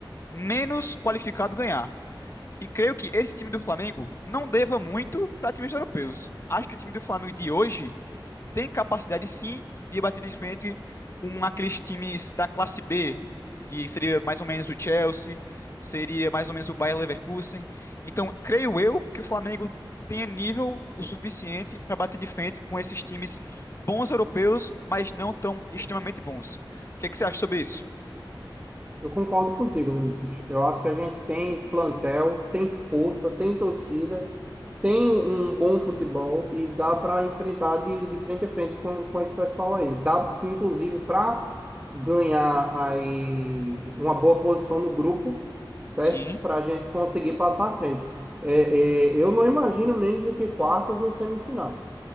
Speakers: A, on the left; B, on the right.
A: menos qualificado ganhar. E creio que esse time do Flamengo não deva muito para times europeus. Acho que o time do Flamengo de hoje tem capacidade sim de bater de frente com aqueles times da classe B, que seria mais ou menos o Chelsea, seria mais ou menos o Bayer Leverkusen. Então, creio eu que o Flamengo tenha nível o suficiente para bater de frente com esses times bons europeus, mas não tão extremamente bons. O que é que você acha sobre isso?
B: Eu concordo contigo, Vinícius. Eu acho que a gente tem plantel, tem força, tem torcida tem um bom futebol e dá para enfrentar de, de frente a frente com, com esse pessoal aí. Dá, inclusive, para ganhar aí uma boa posição no grupo, certo?
A: Sim,
B: Para a gente conseguir passar à frente. É, é, eu não imagino menos do que quartas ou semifinal.